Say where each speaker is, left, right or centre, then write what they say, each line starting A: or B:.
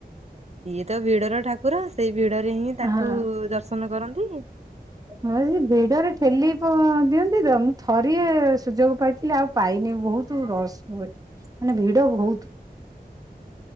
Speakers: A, on the right (about 40°); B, on the right (about 20°).
A: ଇଏ ତ ଭିଡର ଠାକୁର ସେଇ ଭିଡରେ ହିଁ ତାଙ୍କୁ
B: ହଁ।
A: ଦର୍ଶନ କରନ୍ତି?
B: ହଁ ସେ ଭିଡରେ ଠେଲି ପ ଦିଅନ୍ତି ତ ମୁଁ ଥରିଏ ସୁଯୋଗ ପାଇଥିଲି ଆଉ ପାଇନି ବହୁତ ରସ ହ ମାନେ ଭିଡ ବହୁତ।